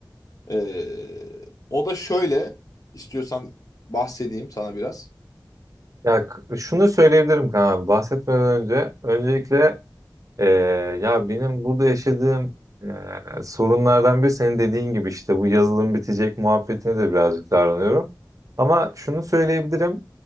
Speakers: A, on the left; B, on the right.
A: Ee, o da şöyle istiyorsan bahsedeyim sana biraz.
B: ya k- şunu söyleyebilirim Kaan abi, bahsetmeden önce öncelikle Ee, ya benim burada yaşadığım e, sorunlardan biri senin dediğin gibi işte bu yazılım bitecek muhabbetine de birazcık davranıyorum. Ama şunu söyleyebilirim.